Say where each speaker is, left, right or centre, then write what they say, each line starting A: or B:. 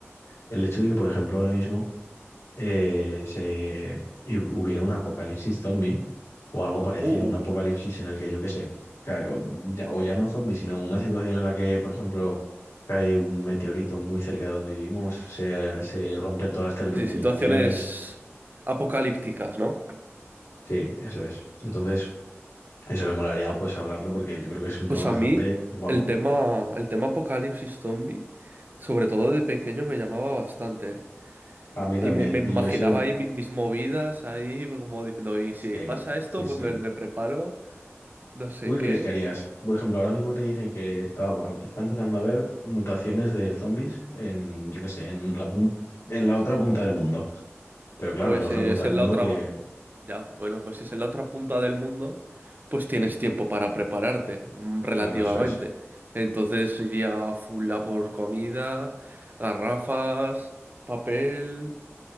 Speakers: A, on the left; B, on the right.
A: el hecho de que, por ejemplo, ahora mismo eh, se, y hubiera un apocalipsis zombie o algo parecido,
B: Uh,
A: un apocalipsis en el que yo qué sé, cae- o, ya, o ya no zombie, sino una situación en la que, por ejemplo, cae un meteorito muy cerca de donde vivimos, se, se rompen todas las telecomunicaciones.
B: sí, situaciones apocalípticas, ¿no?
A: Sí, eso es. Entonces, eso me molaría pues hablarlo porque yo creo que es un
B: Pues
A: tema bastante
B: a mí
A: guapo.
B: el tema, el tema apocalipsis zombie, sobre todo de pequeño, me llamaba bastante. ¿eh?
A: A mí también.
B: Y me, me imaginaba
A: Y yo he sido...
B: ahí mi- mis movidas, ahí como diciendo, y si
A: Sí,
B: pasa esto,
A: sí, sí.
B: pues me, me preparo, no sé
A: ¿Tú qué
B: qué.
A: crees que harías? Por ejemplo, ahora mismo te dicen que está, está empezando a haber mutaciones de zombies en, yo qué sé, en la punta, en la otra punta del mundo. Pero claro,
B: Pues
A: en la
B: si
A: otra
B: es
A: punta del
B: en
A: mundo
B: la otra,
A: que,
B: Ya, bueno, pues si es en la otra punta del mundo, pues tienes tiempo para prepararte, mm, relativamente.
A: claro, eso es.
B: Entonces iría full a por comida, garrafas, papel,